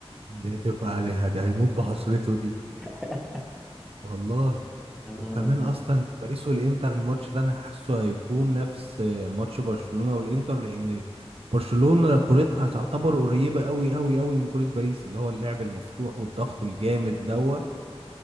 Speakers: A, on the right; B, in the centre.
A: دي هتبقى دي هت- هيموت بحسرته دي
B: <laughs>
A: والله
B: يا نهار
A: وكمان
B: ابيض
A: اصلا باريس والانتر الماتش ده انا حاسه هيكون نفس ماتش برشلونه والانتر لان برشلونه كورتها تعتبر قريبه قوي قوي قوي من كوره باريس اللي هو اللعب المفتوح والضغط الجامد دوت